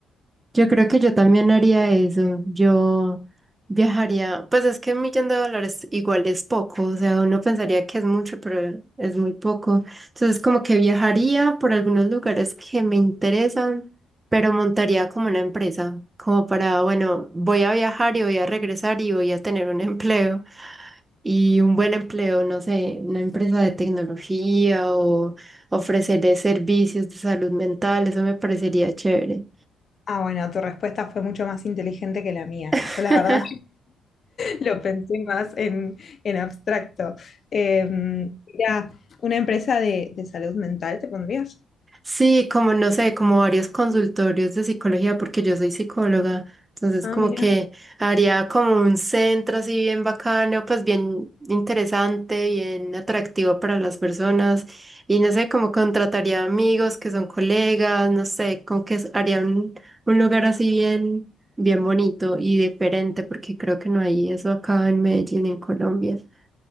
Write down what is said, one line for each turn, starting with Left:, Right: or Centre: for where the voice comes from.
Right: Yo creo que
Left: Sí.
Right: yo también haría eso. Yo viajaría, pues es que un millón de dólares igual es poco, o sea, uno pensaría que es mucho, pero es muy poco. Entonces, como que viajaría por algunos lugares que me interesan, pero montaría como una empresa, como para, bueno, voy a viajar y voy a regresar y voy a tener un <laughs> empleo y un buen empleo, no sé, una empresa de tecnología o ofreceré servicios de salud mental, eso me parecería chévere.
Left: Ah, bueno, tu respuesta fue mucho más inteligente que la mía.
Right: <laughs>
Left: Yo la verdad Lo pensé más en, en abstracto. Eh, mira, una empresa de, de salud mental, ¿te pondrías?
Right: Sí, como no sé, como varios consultorios de psicología, porque yo soy psicóloga, entonces
Left: Ah,
Right: como
Left: mira.
Right: que haría como un centro así bien bacano, pues bien interesante, bien atractivo para las personas y no sé, como contrataría amigos que son colegas, no sé, como que haría un, un lugar así bien, bien bonito y diferente, porque creo que no hay eso acá en Medellín, en Colombia. <laughs>